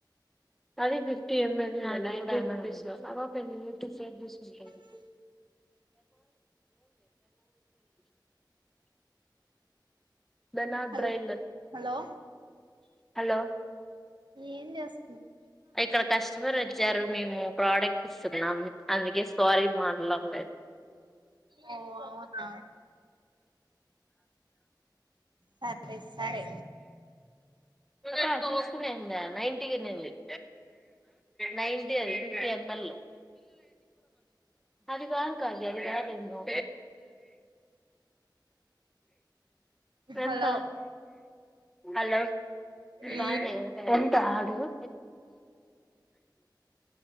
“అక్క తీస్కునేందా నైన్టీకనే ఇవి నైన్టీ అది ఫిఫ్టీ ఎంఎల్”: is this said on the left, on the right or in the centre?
Centre